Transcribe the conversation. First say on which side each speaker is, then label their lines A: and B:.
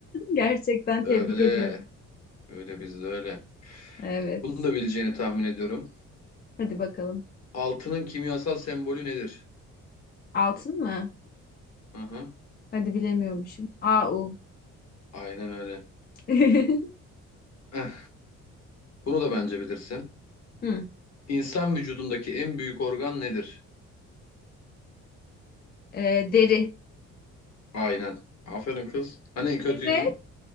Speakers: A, on the left; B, on the left.
A: gerçekten
B: Öyle.
A: tebrik ediyorum.
B: Öyle bizde öyle.
A: Evet.
B: Bunu da bileceğini tahmin ediyorum.
A: Hadi bakalım.
B: Altının kimyasal sembolü nedir?
A: Altın mı?
B: Hı hı.
A: Hadi bilemiyormuşum. AU.
B: Aynen öyle.
A: <laughs>
B: Eh, bunu da bence bilirsin.
A: Hı.
B: İnsan vücudundaki en büyük organ nedir?
A: Ee, deri.
B: Aynen. Aferin kız. Hani kötüydün?
A: Evet.